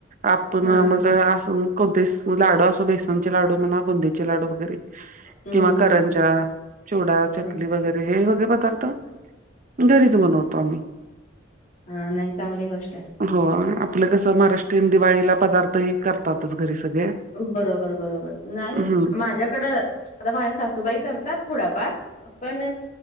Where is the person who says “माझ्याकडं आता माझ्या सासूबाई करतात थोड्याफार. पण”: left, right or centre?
Left